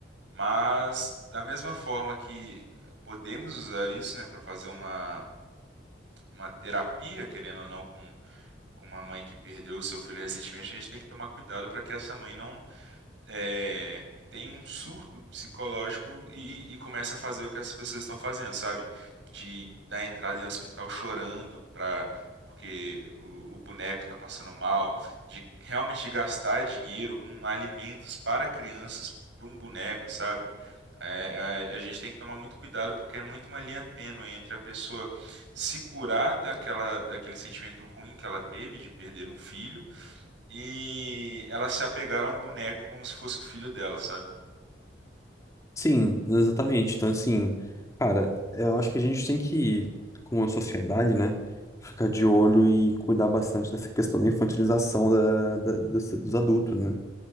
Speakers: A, on the right; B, on the left.
A: mas da mesma forma que podemos usar isso, né, para fazer uma, uma terapia, querendo ou não, com, com uma mãe que perdeu o seu filho recentemente, a gente tem que tomar cuidado para que essa mãe não é, tem um surto psicológico e, e começa a fazer o que as pessoas estão fazendo, sabe? De dar entrada em hospital chorando pra, porque o, o boneco tá passando mal, de realmente gastar dinheiro com alimentos para crianças, para um boneco, sabe? É, a, a gente tem que tomar muito cuidado porque é muito uma linha tênue entre a pessoa se curar daquela, daquele sentimento ruim que ela teve de perder um filho e ela se apegaram a um boneco como se fosse o filho dela, sabe?
B: Sim, exatamente. Então, assim, cara, eu acho que a gente tem que, como a sociedade, né, ficar de olho e cuidar bastante dessa questão da infantilização da, da- dos, dos adultos, né?